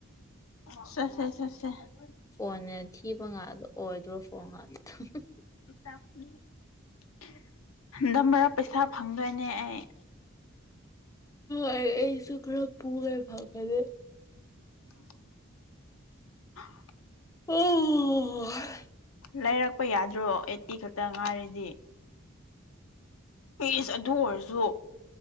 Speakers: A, on the left; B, on the left.
A: ꯦꯦ
B: ꯐꯣꯟꯅꯦ ꯊꯤꯕ ꯉꯗꯣ ꯑꯣꯏꯗ꯭ꯔꯣ ꯐꯣꯟ ꯉꯥꯛꯇꯗ
A: ꯎ ꯟꯗꯝ ꯃꯔꯔꯥ ꯄꯩꯁꯥ ꯐꯪꯗꯣꯏꯅꯦ ꯑꯩ
B: ꯑ ꯑꯩꯁꯨꯨꯀꯔ ꯄꯒꯦ ꯐꯥꯎ ꯀꯗꯦ
A: <inaudible>
B: ꯎꯝ
A: ꯂꯩꯔꯛꯄ ꯌꯥꯗ꯭ꯔꯣ ꯑꯩꯠꯇꯤ ꯈꯛꯇ ꯉꯥꯏꯔꯤꯗꯤ ꯐꯁ ꯑꯗꯨ ꯑꯣꯏꯔꯁꯨ